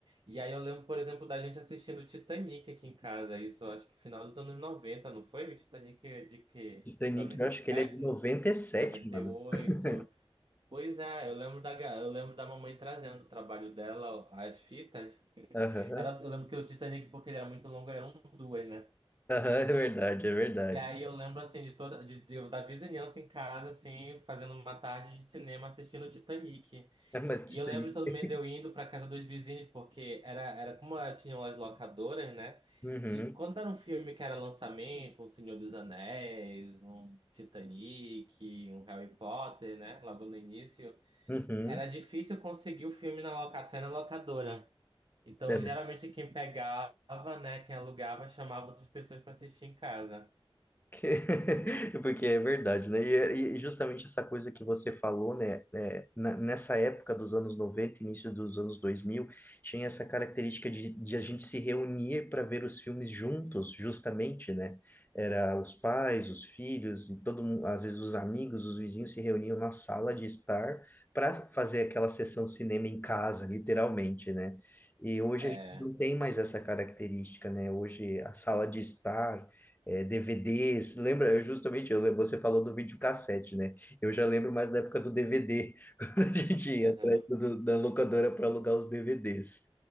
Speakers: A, on the right (about 55°); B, on the left (about 20°).
A: E aí eu lembro, por exemplo, da gente assistindo Titanic aqui em casa. Isso, acho que final dos anos 90, não foi? O Titanic é de que?
B: Titanic,
A: noventa
B: eu
A: noventa e
B: acho
A: sete,
B: que ele é de 97,
A: noventa
B: mano.
A: e oito.
B: <laughs>
A: Pois é, eu lembro da, ga- eu lembro da mamãe trazendo o trabalho dela, as fitas.
B: Aham,
A: Era, eu lembro que o Titanic, porque ele era muito longo, eram duas, né?
B: Aham, é verdade, é verdade.
A: E aí eu lembro, assim, de toda, de, de- da vizinhança em casa, assim, fazendo uma tarde de cinema assistindo o Titanic.
B: É, mas
A: E
B: Titanic.
A: eu lembro também
B: <laughs>
A: de eu indo pra casa dos vizinhos, porque era, era como era, tinham as locadoras, né?
B: Uhum,
A: E quando era um filme que era lançamento, um Senhor dos Anéis, um Titanic, um Harry Potter, né? Logo no início.
B: uhum.
A: Era difícil conseguir o filme na loca- até na locadora. Então,
B: É
A: geralmente, quem pegava, né, quem alugava, chamava outras pessoas para assistir em casa.
B: <laughs> Porque é verdade, né? E, é, e- e justamente essa coisa que você falou, né? é, na- nessa época dos anos 90, início dos anos 2000, tinha essa característica de, de a gente se reunir para ver os filmes juntos, justamente, né? Era os pais, os filhos, e todo mundo, às vezes os amigos, os vizinhos se reuniam na sala de estar para fazer aquela sessão cinema em casa, literalmente, né? E hoje
A: É.
B: a gente não tem mais essa característica, né? Hoje a sala de estar é, DVDs, lembra? eu Justamente, eu, lem- você falou do videocassete, né? Eu já lembro mais da época do DVD, <laughs> quando a gente ia
A: Uhum,
B: atrás do- do- da locadora para alugar os DVDs.